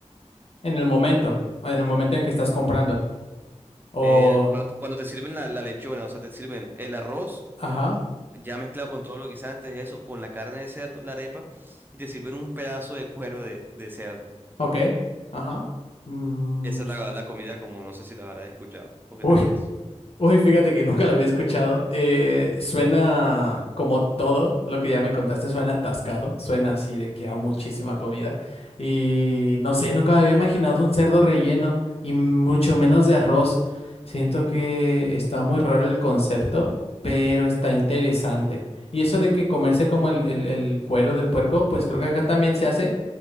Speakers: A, on the left (about 55°); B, on the right (about 15°).
A: En el momento, o en el momento en que estás comprando. O,
B: Eh, cuando, cuando te sirven la, la lechona, o sea, te sirven el arroz
A: ajá,
B: ya mezclado con todo lo que hice antes de eso, con la carne de cerdo, la arepa, y te sirven un pedazo de cuero de, de cerdo.
A: ok, ajá. Mm,
B: Esa es
A: s-
B: la, la comida como no sé si la habrás escuchado. ¿O qué
A: uy,
B: te parece?
A: Uy, fíjate que nunca la había escuchado. Eh, suena como todo lo que ya me contaste, suena atascado, suena así de que hay muchísima comida. Y no sé, nunca me había imaginado un cerdo relleno y mucho menos de arroz. Siento que está muy raro el concepto, pero está interesante. Y eso de que comerse como el, el el cuero del puerco, pues creo que acá también se hace